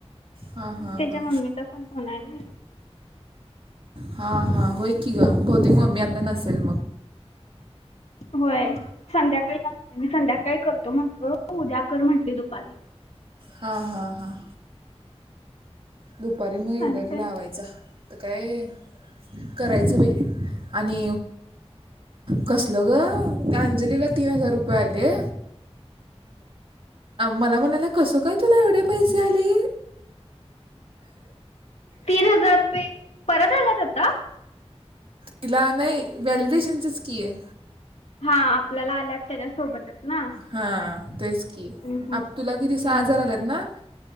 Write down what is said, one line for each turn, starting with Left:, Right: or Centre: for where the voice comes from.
Right: हा हा
Left: त्यांच्या
Right: हा
Left: मम्मीचा पण फोन आहे ना.
Right: हा हा होय की ग बहतेक मम्मी आता नसेल.
Left: होय संध्याकाळी असत्या, मी संध्याकाळी करतो म्हंटलो. हो उद्याकर म्हटली दुपारी.
Right: हा हा हा. दुपारी मग एकदा
Left: आणि
Right: एक
Left: काय
Right: लावायचा तर काय कर- बाई आणि कसलं ग अंजलीला तीन हजार रुपये, मला म्हणाले कसं काय तुला एवढे पैसे आले.
Left: तीन हजार रुपये परत आल्यात आता.
Right: तिला नाही व्हॅलिडेशनचच की आहे.
Left: हा आपल्याला आल्यात त्याच्यासोबतच ना.
Right: हा तेच की
Left: हम्म हम्म.
Right: आप तुला किती सहा
Left: हम्म.
Right: हजार आलात ना.